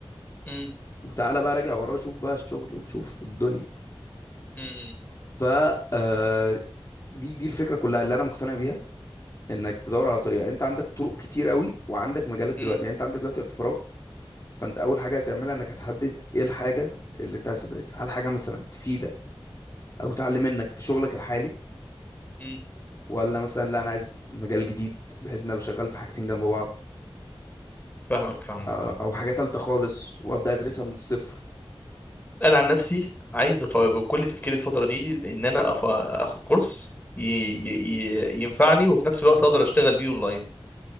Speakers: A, on the left; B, on the left.
A: امم
B: وتعالى بقى راجع وراه شوف بقى الشغل وشوف الدنيا
A: امم
B: ف آه، دي دي الفكرة كلها اللي انا مقتنع بيها انك تدور على طريقة انت عندك طرق كتير قوي وعندك مجالات دلوقتي
A: امم
B: يعني انت عندك دلوقتي وقت فراغ فانت اول حاجة هتعملها انك هتحدد ايه الحاجة اللي انت عايز تدرسها هل حاجة مثلا تفيدك او تعلم منك في شغلك الحالي
A: امم
B: ولا مثلا لا انا عايز مجال جديد بحيث ان انا بشغال في حاجتين جنب بعض
A: فاهمك فاهمك
B: آه،
A: فاهمك
B: او حاجة تالتة خالص وابدا ادرسها من الصفر
A: انا عن نفسي عايز أف- بكل تفكيري الفتره دي ان انا أف- اخد كورس ي... ي... ي- ينفعني وفي نفس الوقت اقدر اشتغل بيه اونلاين